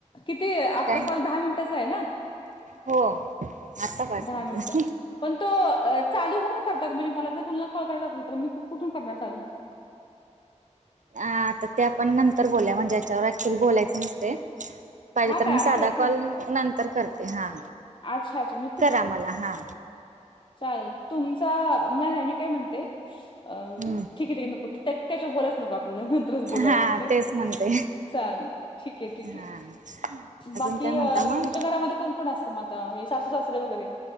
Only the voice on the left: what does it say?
किती आपलं
कॉल दहा मिनिटाचं आहे ना?
दहा
मिनिटाचा. पण तो लू कुठून करतात म्हणजे मला जर कोणाला कॉल करायचा असेल तर मी कुठून करणार चालू.
हा
काय
असं आहे काय?
अच्छा अच्छाी तू.
चाल तुमचा नाही नाही मी काय म्हणते अं.
ठीक आहे ठीक आहे नको त्या त्याच्यावर बोलायच नको आपल्याला नं तरच बोलू
आपण ताई
चाल ठीक आहे ठीक
आहे.
बाकी
अ
तुमच्या घरामध्ये कोण कोण असतो मग आता हे सासू सासरे वगैरे?